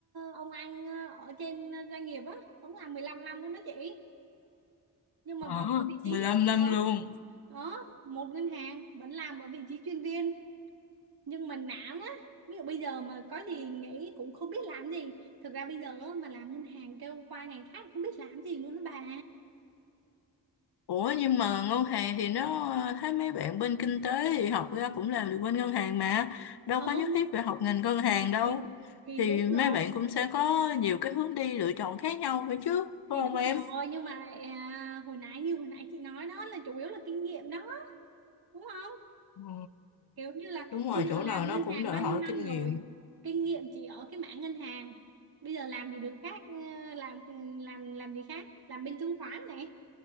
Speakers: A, on the right; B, on the left.
A: ông anh ờ, ở trên doanh nghiệp á ông làm 15 năm luôn đó chị nhưng mà
B: Ờ,
A: vẫn ở vị trí
B: 15 năm
A: ở
B: luôn.
A: ở một ngân hàng vẫn làm ở vị trí chuyên viên nhưng mà nản á ví dụ bây giờ mà có gì nghĩ cũng không biết làm gì thực ra bây giờ á, mà làm ngân hàng kêu qua ngành khác cũng biết làm gì luôn đó bà
B: Ủa nhưng mà ngân hàng thì nó ờ, thấy mấy bạn bên kinh tế thì học ra cũng làm được bên ngân hàng mà đâu
A: ừ
B: có nhất
A: nhưng
B: thiết phải học ngành ngân hàng đâu
A: thì thì
B: thì
A: đúng
B: mấy
A: rồi
B: bạn cũng sẽ có nhiều cái hướng đi lựa chọn khác nhau nữa chứ phải
A: thì
B: không
A: đúng
B: em?
A: rồi nhưng mà à, hồi nãy như hồi nãy chị nói đó là chủ yếu là kinh nghiệm đó đúng không
B: Ừ,
A: kiểu như là
B: đúng
A: bây
B: rồi
A: giờ
B: chỗ
A: làm
B: nào nó
A: ngân
B: cũng
A: hàng
B: đòi
A: bao
B: hỏi
A: nhiêu năm
B: kinh
A: rồi
B: nghiệm.
A: kinh nghiệm chỉ ở cái mảng ngân hàng bây giờ làm gì được khác ờ, làm làm làm gì khác làm bên chứng khoán này